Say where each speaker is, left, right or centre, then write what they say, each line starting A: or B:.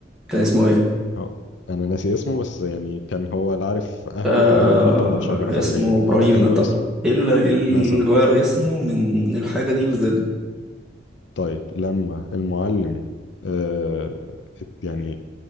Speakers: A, in the centre; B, on the left.
A: كان اسمه ايه
B: هو- انا ناسي اسمه بس يعني كان هو لا عارف اهله
A: آه
B: وهو مقطوع من شجره فعليا
A: اسمه ابراهيم
B: فهو كان
A: طب
B: له اسم
A: ايه اللي إيه اللي
B: مثلا
A: غير اسمه من الحاجه دي لزد
B: طيب لما المعلم آه يعني